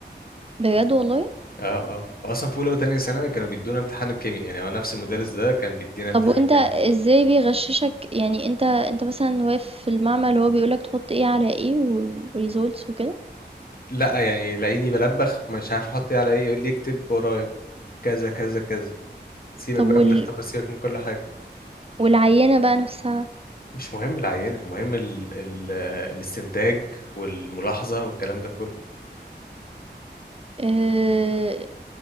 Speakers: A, on the right; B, on the left.
A: بجد والله
B: اه اه هو اصلا في اولى وتانية ثانوي كانوا بيدونا امتحان الكيمياء يعني هو نفس المدرس ده كان بيدينا امتحان
A: طب وانت
B: الكيمياء
A: ازاي بيغششك يعني انت انت مثلا واقف في المعمل وهو بيقولك تحط ايه على ايه والريزولتس وكده
B: لا يعني لاقيني بلبخ مش عارف احط ايه على ايه يقول لي اكتب ورايا كذا كذا كذا سيبك
A: طب
B: بقى
A: وال...
B: من الاختبار سيبك من كل حاجة
A: والعينة بقى نفسها
B: مش مهم العينة المهم ال ال الاستنتاج والملاحظة والكلام ده كله
A: اه...